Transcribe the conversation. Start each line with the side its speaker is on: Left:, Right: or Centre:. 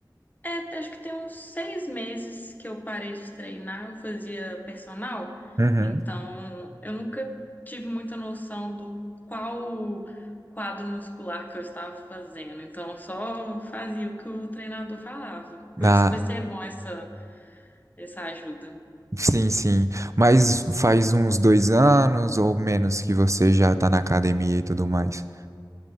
Left: É, acho que tem uns seis meses que eu parei de treinar, eu fazia personal,
Right: Uhum.
Left: então eu nunca tive muita noção do qual quadro muscular que eu estava fazendo, então eu só fazia o que o treinador falava.
Right: Na...
Left: Por isso que vai ser bom essa, essa ajuda.
Right: Sim, sim. Mas faz uns dois anos ou menos que você já tá na academia e tudo mais.